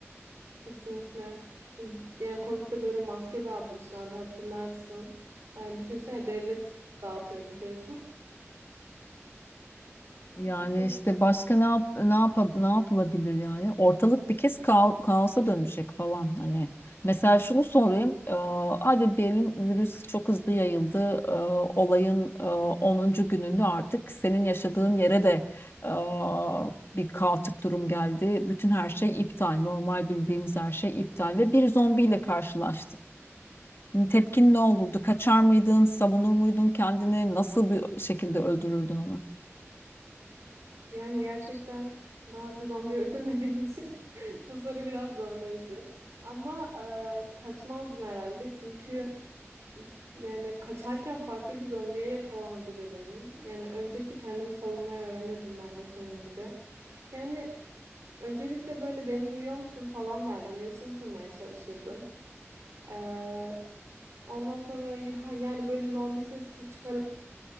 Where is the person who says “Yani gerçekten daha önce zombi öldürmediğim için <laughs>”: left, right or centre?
Right